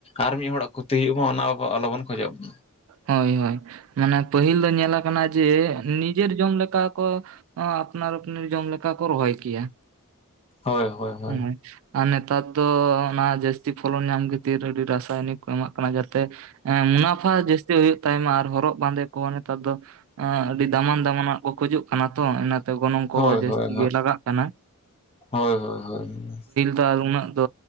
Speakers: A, on the left; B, on the right.
A: ᱟᱨ ᱢᱤᱫ ᱦᱚᱲᱟᱜ ᱠᱷᱚᱛᱤ ᱦᱩᱭᱩᱜ ᱢᱟ ᱚᱱᱟ ᱟᱵᱚ ᱟᱞᱚᱵᱚᱱ ᱠᱷᱚᱡᱚᱜ ᱢᱟ
B: ᱦᱳᱭ ᱦᱳᱭ ᱢᱟᱱᱮ ᱯᱟᱹᱦᱤᱞ ᱫᱚ ᱧᱮᱞᱟ ᱠᱟᱱᱟ ᱡᱮ ᱱᱤᱡᱮᱨ ᱡᱚᱢ ᱞᱮᱠᱟ ᱠᱚ ᱟᱯᱱᱟᱨ ᱟᱯᱱᱤᱨ ᱡᱚᱢ ᱞᱮᱠᱟ ᱠᱚ ᱨᱚᱦᱚᱭ ᱠᱮᱭᱟ
A: ᱦᱳᱭ ᱦᱳᱭ ᱦᱳᱭ
B: ᱦᱩᱸ ᱟᱨ ᱱᱮᱛᱟᱨ ᱫᱚ ᱚᱱᱟ ᱡᱟᱹᱥᱛᱤ ᱯᱷᱚᱞᱚᱱ ᱧᱟᱢ ᱠᱷᱟᱹᱛᱤᱨ ᱟᱹᱰᱤ ᱨᱟᱥᱟᱭᱱᱤᱠ ᱠᱚ ᱮᱢᱟᱜ ᱠᱟᱱᱟ ᱡᱟᱛᱮ ᱮᱸ ᱢᱩᱱᱟᱯᱷᱟ ᱡᱟᱹᱥᱛᱤ ᱦᱩᱭᱩᱜ ᱛᱟᱭᱢᱟ ᱟᱨ ᱦᱚᱨᱚᱜ ᱵᱟᱸᱫᱮ ᱠᱚ ᱱᱮᱛᱟᱨ ᱫᱚ ᱮᱸ ᱟᱹᱰᱤ ᱫᱟᱢᱟᱱ ᱫᱟᱢᱟᱱᱟᱜ ᱠᱚ ᱠᱷᱚᱡᱚᱜ ᱠᱟᱱᱟ ᱛᱚ ᱮᱱᱟ ᱛᱮ ᱛᱚ ᱜᱚᱱᱚᱝ ᱠᱚᱦᱚᱸ
A: ᱦᱳᱭ
B: ᱡᱟᱹᱥᱛᱤ
A: ᱦᱳᱭ
B: ᱜᱮ ᱞᱟᱜᱟᱜ ᱠᱟᱱᱟ᱾
A: ᱦᱳᱭ ᱦᱳᱭ ᱦᱳᱭ᱾
B: ᱛᱟᱨ ᱩᱱᱟᱹᱜ ᱫᱚ